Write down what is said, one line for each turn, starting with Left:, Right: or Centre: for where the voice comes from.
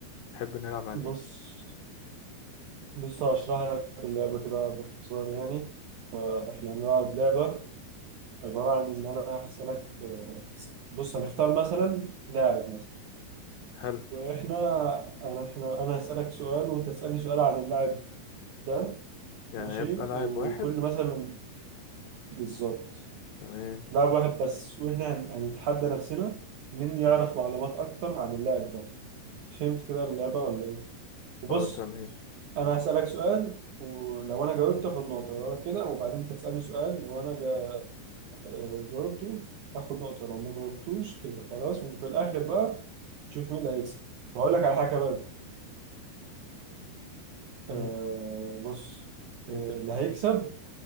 Left: تحب نلعب عن
Right: بص
Left: ايه
Right: بص هشرح لك اللعبه كده باختصار يعني آه، احنا هنلعب لعبه عباره عن ان انا هسالك آه، بص هنختار مثلا لاعب مثلا
Left: حلو
Right: واحنا انا احنا انا هسالك سؤال وانت تسالني سؤال عن اللاعب ده
Left: يعني
Right: ماشي
Left: هيبقى لاعب
Right: وكل
Left: واحد
Right: مثلا بالظبط
Left: تمام
Right: لاعب واحد بس واحنا هن- هنتحدى نفسنا مين يعرف معلومات اكتر عن اللاعب ده فهمت كده اللعبة ولا ايه وبص
Left: اه تمام
Right: انا هسألك سؤال ولو انا جاوبت اخد نقطة لو أنا كده وبعدين انت تسألني سؤال لو انا جا... آه، جاوبته اخد نقطة لو ما جاوبتوش كده خلاص وفي الاخر بقى تشوف مين اللي هيكسب وهقول لك على حاجة بقى آه
Left: مم.
Right: بص
Left: ايه
Right: آه اللي
Left: تاني
Right: هيكسب